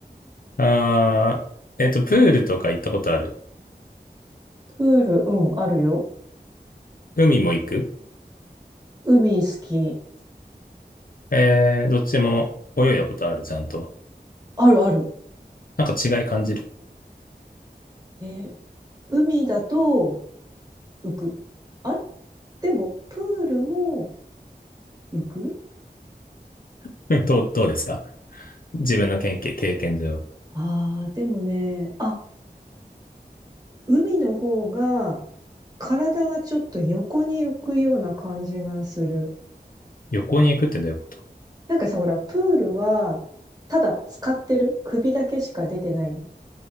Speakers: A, on the left; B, on the right.
A: ああ、えっと、プールとか行ったことある
B: プール、うん、あるよ。
A: 海も行く
B: 海好き。
A: えー、どっちも泳いだことある、ちゃんと。
B: あるある。
A: なんか違い感じる。
B: えー海だと浮く。あれでも、プールも浮く
A: <laughs> どう、どうですか自分の経験、経験上。
B: ああー、でもね、あ、海の方が体がちょっと横に浮くような感じがする。
A: 横に行くってどういうこと
B: なんかさ、ほら、プールは、ただ使ってる首だけしか出てない。